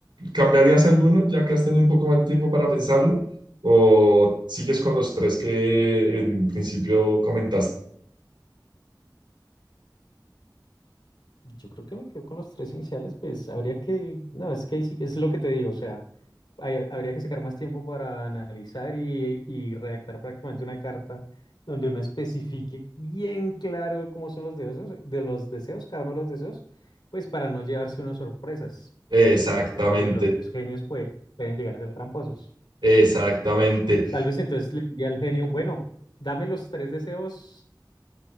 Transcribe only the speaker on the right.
¿cambiarías alguno ya que has tenido un poco más de tiempo para pensarlo? ¿O sigues con los tres que en principio comentaste?
Exactamente,
exactamente.